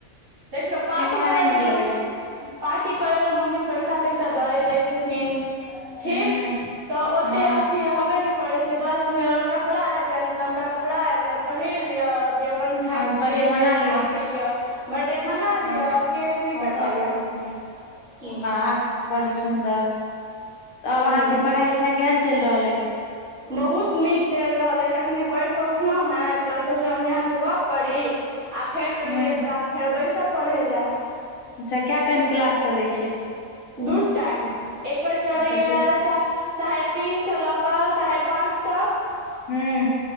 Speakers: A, on the right; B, on the left.
A: देखियौ पार्टी
B: केक हमरा
A: करै
B: नहि नीक
A: लऽ मम्मी
B: लगैया
A: पार्टी करै लए मम्मी पैसा तैसा दये दै छथिन ठीक
B: हूँ
A: तऽ ओते
B: हँ
A: अथी रहबे न करै छै वस्त्र मे कपड़ा आबि जायत नबका कपड़ा आबि जायत पहिर लिआ जे अपन खाय
B: अहाँ
A: के
B: बर्थडे
A: पियए
B: मना
A: के छै
B: लिअ
A: खा पी लिआ बर्डे मना लिअ
B: हँ
A: केक नहि
B: हँ
A: कटैया हमरा घर मे
B: आह बड सुन्दर तब अहाँ
A: हूँ
B: के पढ़ाई लिखाई केहन चैल रहल अय
A: बहुत निक चैल रहल ऐछ एखने पढ़िकऽ उठलहुँ हँ तऽ सोचलो जे अहाँ सँ गप्प करी आ फेर कनि
B: हूँ
A: देरके बाद फेर बैसब पढ़ै लए
B: अच्छा के टाइम क्लास चलै छै
A: दू टाइम एक बेर चलैया
B: अच्छा दू
A: साढ़े तीन स लऽ कऽ साढ़े पाँच तक
B: हूँ